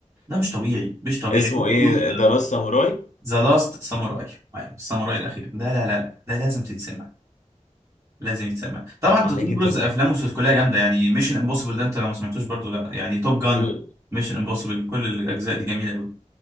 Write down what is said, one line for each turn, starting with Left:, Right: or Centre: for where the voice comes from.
Right: ده مش طبيعي مش طبيعي
Left: اسمه
Right: توم
Left: ايه
Right: كروز
Left: ذا لاست ساموراي
Right: ذا لاست ساموراي الساموراي الاخير ده لا لا لا ده لازم تتسمع لازم يتسمع طبعا
Left: طبعا
Right: انت
Left: عليك
Right: توم كروز
Left: انت
Right: افلامه كلها جامده يعني ميشن امبوسيبل ده انت لو ما سمعتوش برضو لا يعني توب جان
Left: امم
Right: ميشن امبوسيبل كل الاجزاء دي جميله قوي.